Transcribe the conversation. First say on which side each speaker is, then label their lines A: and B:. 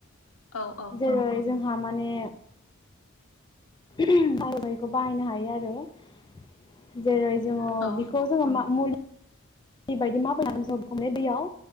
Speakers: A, on the left; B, on the left.
A: औ औ
B: जेरै जोंहा माने <unintelligible> बाहायनो हायो <unintelligible> जेरै जोङो
A: औ
B: बेखौ जोङो मुलि दै बायदि मााबायनानै जोङो खमले दैयाव